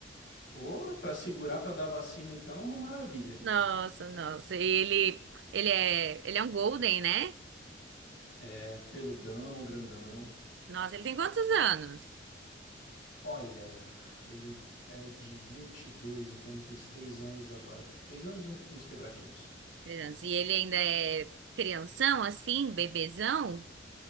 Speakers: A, on the left; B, on the right.
A: Ô, oh, pra segurar pra dar vacina então, é uma maravilha.
B: Nossa, nossa. Ele, ele é, ele é um golden, né?
A: É, peludão, grandão.
B: Nossa, ele tem quantos anos?
A: Olha, ele é de 22. então ele fez 3 anos agora. três anos e uns quebradinhos.
B: Três anos. E ele ainda é crianção, assim, bebezão?